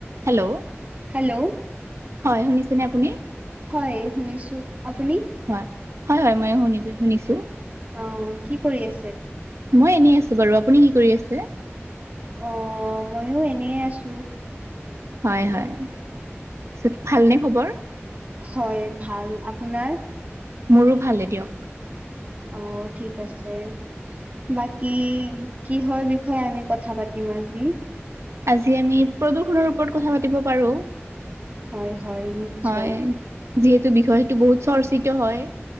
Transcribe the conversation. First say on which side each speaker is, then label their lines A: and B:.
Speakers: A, on the right (about 80°); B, on the right (about 35°).
A: Hello?
B: Hello?
A: হয়, শুনিছেনে আপুনি?
B: হয় শুনিছোঁ। আপুনি?
A: হয়। হয় হয় ময়ো শুন-শুনিছোঁ।
B: অ' কি কৰি আছে?
A: মই এনেই আছোঁ বাৰু। আপুনি কি কৰি আছে?
B: অ' ময়ো এনেই আছোঁ।
A: হয় হয়। পিছত ভালনে খবৰ?
B: হয় ভাল। আপোনাৰ?
A: মোৰো ভালে দিয়ক।
B: অ' ঠিক আছে। বাকি কিহৰ বিষয়ে আমি কথা পাতিম আজি?
A: আজি আমি প্ৰদূষণৰ ওপৰত কথা পাতিব পাৰোঁ।
B: হয় হয়। নিশ্চয়
A: হয়, যিহেতু বিষয়টো বহুত চৰ্চিত হয়।